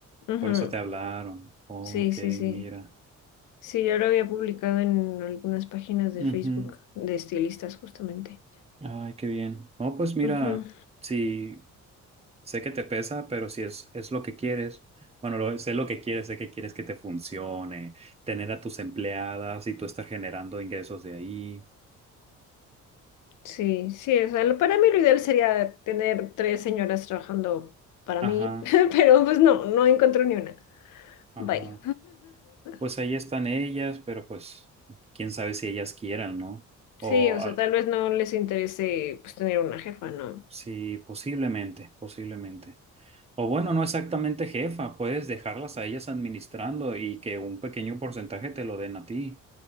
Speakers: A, on the left (about 80°); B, on the right (about 20°).
A: ujú,
B: por eso te hablaron. Ok,
A: Sí, sí, sí.
B: mira.
A: Sí, yo lo había publicado en algunas páginas de
B: Ujú.
A: Facebook de estilistas justamente.
B: Ay, qué bien. Oh, pues mira.
A: Ujú,
B: Sí, Sé que te pesa, pero si es, es lo que quieres, bueno, lo- sé lo que quieres, sé que quieres que te funcione, tener a tus empleadas y tú estar generando ingresos de ahí.
A: Sí, sí, o sea, lo- para mí lo ideal sería tener tres señoras trabajando para
B: Ajá,
A: mí, <laughs> pero pues no, no encontré ni una.
B: ajá.
A: Bye.
B: Pues
A: <laughs>
B: ahí están ellas, pero pues quién sabe si ellas quieran, ¿no?
A: Sí,
B: O
A: o
B: ah,
A: sea, tal vez no les interese pues tener una jefa, ¿no?
B: sí, posiblemente, posiblemente. O bueno, no exactamente jefa, puedes dejarlas a ellas administrando y que un pequeño porcentaje te lo den a ti.